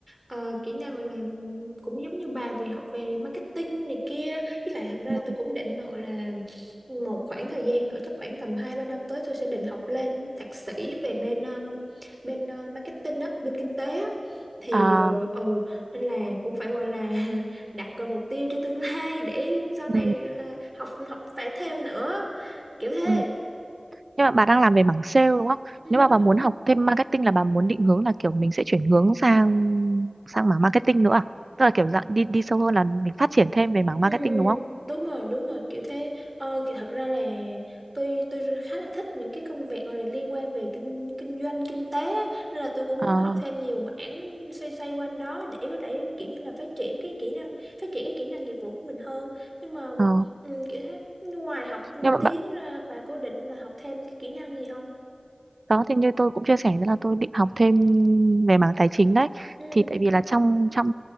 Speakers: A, on the right; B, on the right.
A: ờ, kỹ năng gọi là ừm, cũng giống như bà về học về marketing này kia với lại thật ra
B: Ừ.
A: là tôi cũng định là gọi là một khoảng thời gian nữa chắc khoảng tầm 2 3 năm tới tôi sẽ định học lên thạc sĩ về bên ừm, bên ờ, marketing á bên kinh tế á thì
B: À,
A: ờ, ồ nên là cũng phải gọi là <laughs> đặt ra mục tiêu cho tương lai để sau
B: Ừ.
A: này gọi là học học phải thêm nữa kiểu thế
B: ừ. Nhưng mà bà đang làm về mảng sale đúng không?
A: ừ,
B: Nếu mà
A: đúng
B: bà muốn học thêm marketing là bà muốn định hướng là kiểu mình sẽ chuyển hướng sang sang mảng marketing nữa à? Tức là kiểu dạng đi đi sâu hơn là mình phát triển thêm về mảng
A: Ừ,
B: marketing đúng không?
A: đúng rồi, đúng rồi, kiểu thế. Ờ, thì thật ra là tôi tôi khá là thích những cái công việc gọi là liên quan về kinh kinh doanh, kinh tế á. Nên là tôi cũng
B: Ờ,
A: muốn học thêm nhiều mảng xoay xoay quanh đó để có thể kiểu như là phát triển cái kỹ năng, phát triển cái kỹ năng nghiệp vụ của mình hơn. Nhưng mà
B: ờ.
A: ừ, kiểu thế, ngoài học
B: Nhưng mà
A: tiếng
B: bà,
A: ra bà có định là học thêm cái kỹ năng gì không?
B: đó thì như tôi cũng chia sẻ đó là tôi định học thêm về mảng tài chính đấy
A: Ừ,
B: thì tại vì là trong trong